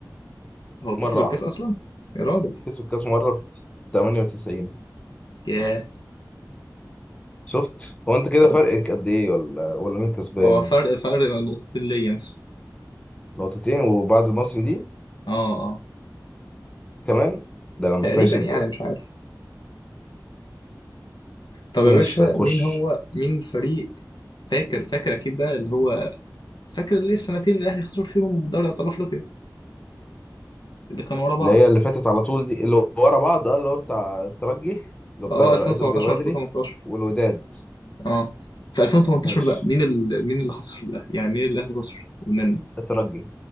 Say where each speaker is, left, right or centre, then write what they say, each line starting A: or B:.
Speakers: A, on the left (about 80°); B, on the left (about 15°).
A: هو كسب
B: مرة
A: الكاس
B: واحدة
A: أصلا؟ يا راجل
B: كسب كأس مرة في 98
A: ياه
B: شفت هو انت كده
A: طب
B: فرقك قد ايه ولا ولا مين كسبان
A: هو فرق فرق نقطتين ليا مثلا
B: نقطتين وبعد المصري دي
A: اه اه
B: كمان ده انا محتاج
A: تقريبا
B: اشد
A: يعني
B: بقى
A: مش عارف طب
B: ماشي
A: يا باشا
B: طيب خش
A: مين هو مين الفريق فاكر فاكر أكيد بقى اللي هو فاكر ليه السنتين اللي الاهلي خسر فيهم دوري ابطال افريقيا اللي كانوا ورا بعض
B: اللي هي اللي فاتت على طول دي اللي ورا بعض اه اللي هو بتاع الترجي اللي هو بتاع
A: اه 2017
B: اضرب يا بدري
A: 2018
B: والوداد
A: اه في 2018
B: ماشي
A: بقى مين ال... مين اللي خسر الاهلي يعني مين اللي الاهلي خسر منه
B: الترجي